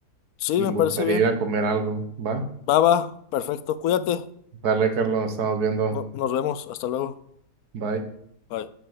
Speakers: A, on the left; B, on the right.
A: sí,
B: y,
A: me
B: y me
A: parece
B: gustaría
A: bien.
B: ir a comer algo, ¿va?
A: Va, va, perfecto, cuídate,
B: Dale, Carlos, nos estamos viendo.
A: no- nos vemos, hasta luego.
B: Bye.
A: Bye.